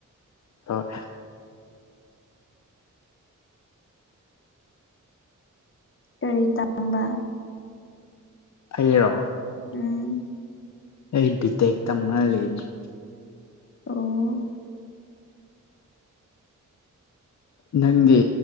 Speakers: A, on the left; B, on the left.
A: ꯍꫭꯏ꯫
B: ꯀꯔꯤ ꯇꯝꯕ꯫
A: ꯑꯩꯔꯣ꯫
B: ꯎꯝ
A: ꯑꯩ ꯕꯤꯇꯦꯛ ꯇꯝꯔ ꯂꯩꯕꯅꯤ꯫
B: ꯑꯣ꯫
A: ꯅꯪꯗꯤ꯫